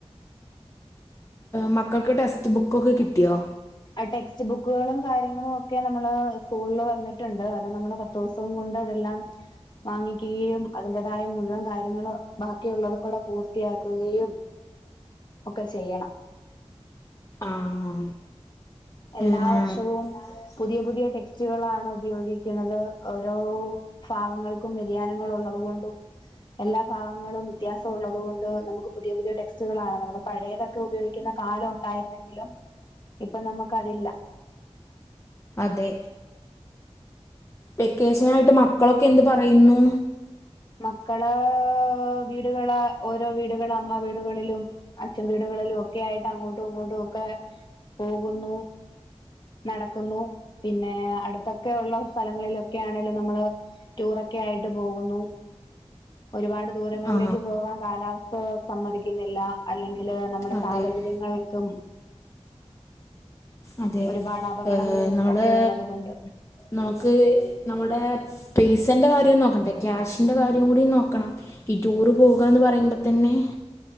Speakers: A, on the left; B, on the left.
A: മക്കക്ക് ടെക്സ്റ്റ് ബുക്ക് ഒക്കെ കിട് ദ്യോ
B: അഹ് ടെക്സ്റ്റ് ബുക്കുകളും കാര്യങ്ങളും ഒക്കെ നമ്മള് സ്കൂളിൽ വന്നിട്ടുണ്ട് അത് നമ്മള് പത്തു ദിവസം കൊണ്ട് അതെല്ലാം വാങ്ങിക്കുകയും അതിന്റെതായ മുഴുവൻ കാര്യങ്ങള് ബാക്കിയുള്ളത്ക്കൂടെ പൂർത്തിയാക്കുകയും ഒക്കെ ചെയ്യണം
A: ആണോ
B: എല്ലാ
A: ഏ
B: വർഷവും
A: എല്ലാ വർഷവും
B: പുതിയ പുതിയ ടെക്സ് റ്റ് കളാണ് ഉപയോഗിക്കുന്നത് ഓരോ ഭാഗങ്ങൾക്കും വെതിയാനങ്ങൾ ഒള്ളത് കൊണ്ടും എല്ലാ ഭാഗങ്ങളും വ്യത്യാസം ഉള്ളത് കൊണ്ട് നമുക്ക് പുതിയ പുതിയ ടെക്സ്റ്റുകളാണ് നമ്മള് പഴയതൊക്കെ ഉപയോഗിക്കുന്ന കാലം ഒണ്ടായിരുന്നെങ്കിലും ഇപ്പൊ നമക്ക് അതില്ല
A: അതെ വെക്കേഷനായിട്ട് മക്കളൊക്കെ എന്ത് പറയുന്നു
B: മക്കള് ഏഹ് വീടുകള് ഓരോ വീടുകള് അമ്മ വീട്കളിലും അച്ഛൻ വീട്കളിലും ഒക്കെ ആയിട്ട് അങ്ങോട്ടും ഇങ്ങോട്ടും ഒക്കെ പോകുന്നു നടക്കുന്നു പിന്നെ അടുത്തൊക്കെഒള്ള സലങ്ങളിലൊക്കെ ആണെലും നമ്മള് ടൂറൊക്കെ ആയിട്ട് പോകുന്നു ഒരുപാട് ദൂരങ്ങളിലേക്ക്
A: ആ
B: പോകാൻ കാലാവസ് സ് സമ്മതിക്കുന്നില്ല അല്ലെങ്കില് ന മ്മടെ
A: അതെ
B: സാഹചര്യങ്ങൾക്കും
A: അതെ
B: ഒരുപാട് അപകടങ്ങളും
A: ആഹ് നമ്മള്
B: ഒക്കെ ഉള്ളത് കൊണ്ട്
A: നമുക്ക് നമ്മുടെ പി സ്ന്റ് കാര്യം നോക്കണ്ടെ ക്യാഷിന്റെ കാര്യം കൂടി നോക്കണം ഈ ടൂറ് പോകുകാന്ന് പറയുമ്പ തന്നെ